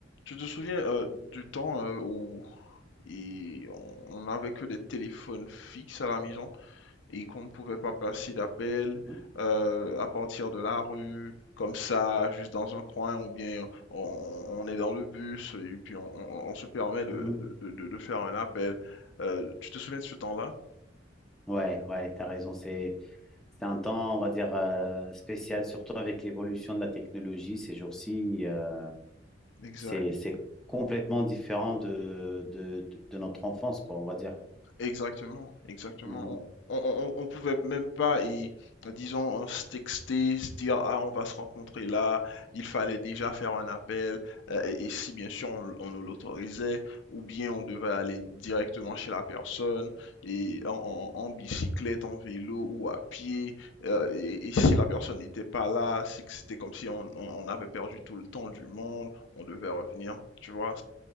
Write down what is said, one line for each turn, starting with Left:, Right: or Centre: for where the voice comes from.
Left: Tu te souviens euh, du temps euh, où et on n'avait que des téléphones fixes à la maison et qu'on ne pouvait pas passer d'appels
Centre: Mhm.
Left: euh, à partir de la rue, comme ça, juste dans un coin, ou bien on, on est dans le bus et puis on, on- on se permet de,
Centre: Mhm.
Left: de- de- de faire un appel. Euh, tu te souviens de ce temps-là?
Centre: Ouais, ouais, t'as raison. C'est, c'est un temps, on va dire, euh, spécial, surtout avec l'évolution de la technologie ces jours-ci. euh,
Left: Exact.
Centre: c'est, c'est complètement différent de, de, de, de notre enfance, quoi, on va dire.
Left: Exactement, exactement.
Centre: Mhm.
Left: On, on, on- on pouvait même pas, y, disons, euh, se texter, se dire, ah, on va se rencontrer là, il fallait déjà faire un appel, euh, et, et si bien sûr on, on nous l'autorisait, ou bien on devait aller directement chez la personne, et en, en- en bicyclette, en vélo ou à pied, euh, et, et si la personne n'était pas là, c'est que c'était comme si on, on on avait perdu tout le temps du monde, on devait revenir, tu vois,